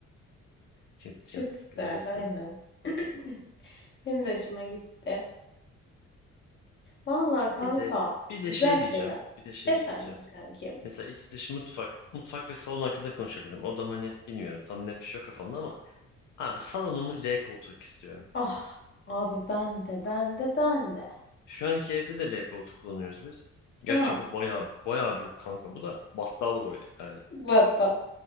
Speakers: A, on the left; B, on the left.
A: <laughs>
B: Çıt çıt
A: Çok güzel,
B: güzel isim.
A: aynen. <clears throat> Benim de hoşuma gitti. Vallahi kanka,
B: Bir de bir de
A: güzel
B: şey diyeceğim.
A: şeyler.
B: Bir de şey
A: Efendim
B: diyeceğim.
A: kankim.
B: Mesela iç dış mutfak, mutfak ve salon hakkında konuşabilirim. Odam hani bilmiyorum tam net bir şey yok kafamda ama abi salonumu L koltuk istiyorum.
A: Ah, abi ben de, ben de, ben de.
B: Şu anki evde de L koltuk kullanıyoruz biz. Gerçi
A: Ha,
B: bu baya baya büyük kanka bu da battal boy yani.
A: hatta